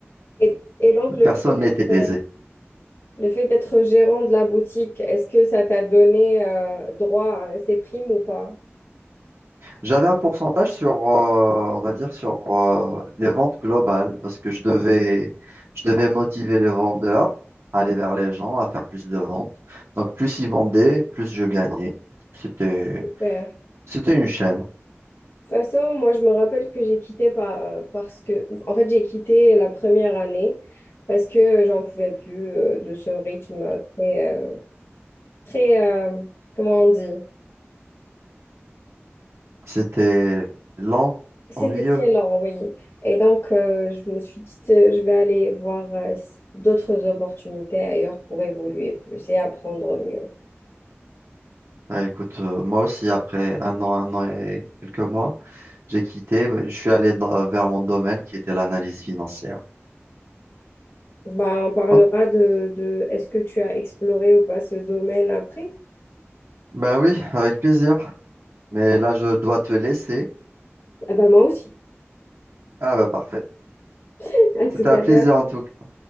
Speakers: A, on the left; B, on the right.
A: Et, et donc, le
B: Personne
A: fait d'être,
B: n'était lésé.
A: euh, le fait d'être gérant de la boutique, est-ce que ça t'a donné euh, droit à ces primes ou pas?
B: J'avais un pourcentage sur, euh, on va dire, sur euh, les ventes globales parce que je devais, je devais motiver les vendeurs à aller vers les gens, à faire plus de ventes. Donc, plus ils vendaient, plus je gagnais. C'était,
A: Super. De
B: c'était une chaîne.
A: toute façon, moi, je me rappelle que j'ai quitté par, euh, parce que, en fait, j'ai quitté la première année parce que j'en pouvais plus euh, de ce rythme très, euh, très, euh, comment on dit?
B: C'était lent,
A: C'était
B: ennuyeux.
A: très lent, oui. Et donc, euh, je me suis dit, euh, je vais aller voir euh, s- d'autres opportunités ailleurs pour évoluer plus et apprendre mieux.
B: Bah, écoute, euh, moi aussi, après un an, un an et quelques mois, j'ai quitté. bah, Je suis allé dans- vers mon domaine qui était l'analyse financière.
A: Bah, on parlera
B: Oh,
A: de, de est-ce que tu as exploré ou pas ce domaine après?
B: Bah oui, avec plaisir. Mais là, je dois te laisser.
A: Ah bah moi aussi.
B: Ah bah parfait.
A: <laughs> À tout
B: C'était un
A: à
B: plaisir
A: l'heure.
B: en tout cas.